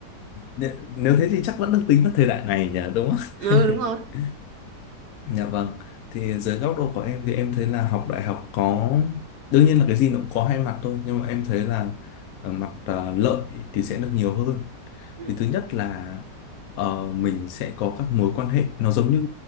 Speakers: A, on the left; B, on the right.
A: nhẹ- nếu thế thì chắc vẫn được tính là thời đại này nhỉ, đúng không?
B: ừ đúng rồi.
A: <laughs> Dạ vâng. Thì dưới góc độ của em thì em thấy là học đại học có đương nhiên là cái gì nó cũng có hai mặt thôi, nhưng mà em thấy là ờ, mặt ờ, lợi thì sẽ được nhiều hơn.
B: Ừ,
A: thì thứ nhất là ờ, mình sẽ có các mối quan hệ nó giống như